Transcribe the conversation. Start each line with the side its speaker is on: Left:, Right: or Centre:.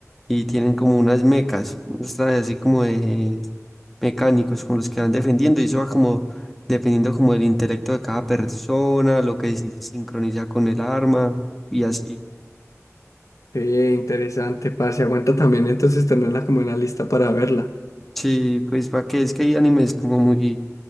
Centre: y tienen como unas mecas, unos trajes así como de mecánicos con los que van defendiendo y eso va como dependiendo como del intelecto de cada persona, lo que se sincroniza con el arma y así.
Left: Qué interesante, parce. Aguanta también entonces tenerla como en la lista para verla.
Centre: Sí, pues para que es que hay animes como muy,